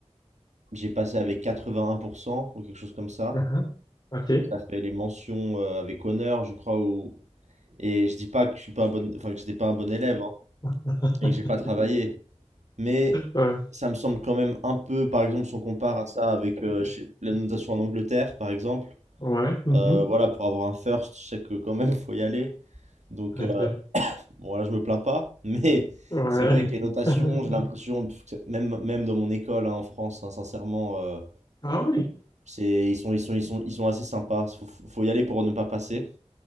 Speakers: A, on the right (about 80°); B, on the left (about 35°).
A: j'ai passé avec 81% ou quelque chose comme ça.
B: Mhm. Ok.
A: Donc ça fait les mentions euh, avec honneur, je crois. Ou... Et je dis pas que je suis pas un bon, enfin que j'étais pas un bon élève hein,
B: <laughs>
A: et que j'ai pas travaillé. Mais
B: Ouais.
A: ça me semble quand même un peu, par exemple, si on compare à ça avec euh, chez- la notation en Angleterre, par exemple.
B: Ouais. Mhm.
A: euh, voilà, pour avoir un first, je sais que quand même faut y aller. Donc
B: Ok.
A: euh, Bon, là, je me plains pas, mais
B: Ouais.
A: c'est vrai que les notations,
B: <laughs>
A: j'ai l'impression, pff, que c'est- même, même dans mon école hein, en France, hein, sincèrement, euh,
B: Ah oui.
A: c'est, ils sont, ils sont, ils sont, ils sont assez sympas. Faut, faut y aller pour ne pas passer.